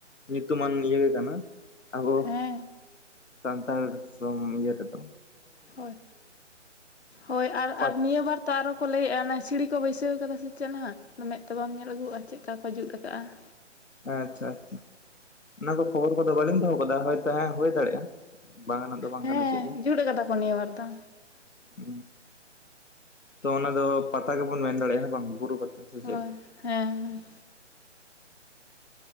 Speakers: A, on the left (about 80°); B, on the left (about 60°).
A: ᱧᱩᱛᱩᱢᱟᱱ ᱤᱭᱟᱹ ᱜᱮ ᱠᱟᱱᱟ ᱟᱵᱚ
B: ᱦᱮᱸ
A: ᱥᱟᱱᱛᱟᱲ ᱥᱚᱢ ᱮᱫ ᱛᱚ
B: ᱦᱭ ᱦᱳᱭ ᱟᱨ
A: ᱯᱟᱛ
B: ᱟᱨ ᱱᱤᱭᱟᱹ ᱵᱟᱨ ᱛᱚ ᱟᱨᱚ ᱠᱚ ᱞᱟᱹᱭᱮᱫᱼᱟ ᱚᱱᱟ ᱥᱤᱲᱤ ᱠᱚ ᱵᱟᱹᱭᱥᱟᱹᱣ ᱠᱟᱫᱟ ᱥᱮᱪᱮᱫ ᱦᱟᱸᱜ ᱢᱮᱫ ᱛᱮ ᱵᱟᱢ ᱧᱮᱞ ᱟᱹᱜᱩᱭᱼᱟ ᱪᱮᱫᱠᱟ ᱠᱚ ᱡᱩᱛ ᱟᱠᱟᱟᱜᱼᱟ
A: ᱟᱪᱪᱷᱟ ᱟᱪᱪᱷᱟ ᱚᱱᱟ ᱠᱚ ᱠᱷᱚᱵᱚᱨ ᱠᱚᱫᱚ ᱵᱟᱹᱞᱤᱧ ᱫᱚᱦᱚ ᱠᱟᱫᱟ ᱦᱳᱭᱛᱚ ᱦᱮᱸ ᱦᱩᱭ ᱫᱟᱲᱮᱭᱟᱜᱼᱟ ᱵᱟᱝᱱᱟᱜ ᱫᱚ ᱵᱟᱝ
B: ᱦᱮᱸ
A: ᱠᱟᱱᱟ ᱪᱮᱫ ᱜᱮ
B: ᱡᱩᱛ ᱠᱟᱫᱟ ᱠᱚ ᱱᱤᱭᱟᱹ ᱵᱟᱨ ᱫᱚ
A: ᱦ ᱛᱚ ᱚᱱᱟ ᱫᱚ ᱯᱟᱛᱟ ᱜᱮᱵᱚᱱ ᱢᱮᱱ ᱫᱟᱲᱮᱭᱟᱜᱼᱟ ᱵᱟᱝ ᱵᱩᱨᱩ ᱯᱟᱛᱟ ᱥᱮ
B: ᱦᱳᱭ
A: ᱪᱮᱫ ᱞᱮᱠᱟ
B: ᱦᱮᱸ ᱦᱮᱸ